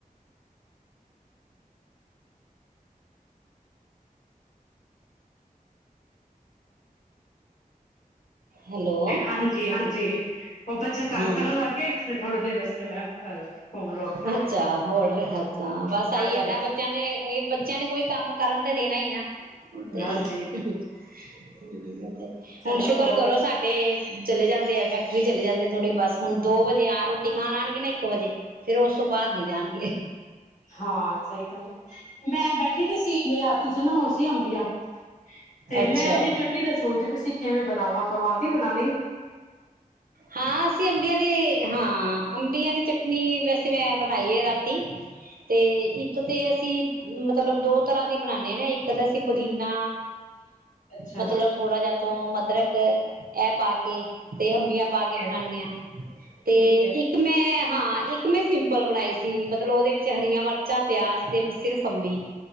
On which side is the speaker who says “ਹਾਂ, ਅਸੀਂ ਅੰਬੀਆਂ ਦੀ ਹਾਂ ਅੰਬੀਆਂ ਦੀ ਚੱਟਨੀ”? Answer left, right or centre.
Right